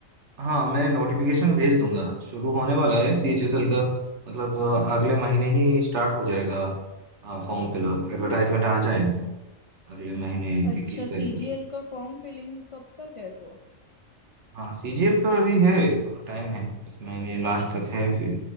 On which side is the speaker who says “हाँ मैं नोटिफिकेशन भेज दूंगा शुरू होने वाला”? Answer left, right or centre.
Right